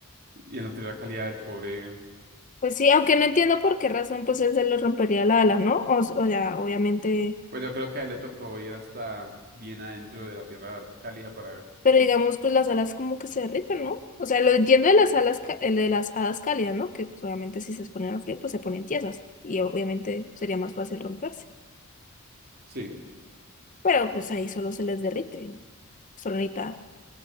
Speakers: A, on the right; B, on the left.
A: y en la tierra cálida del pobre.
B: Pues sí, aunque no entiendo por qué razón pues él se le rompería la ala, ¿no? O, o ya, obviamente.
A: Pues yo creo que a él le tocó ir hasta bien adentro de la tierra cálida para.
B: Pero digamos, pues las alas como que se derriten, ¿no? O sea, lo entiendo de las alas, ca- el de las hadas cálidas, ¿no? Que pues, obviamente si se exponen al frío, pues se ponen tiesas. Y obviamente sería más fácil romperse.
A: Sí.
B: Pero pues ahí solo se les derrite. Y solo necesita,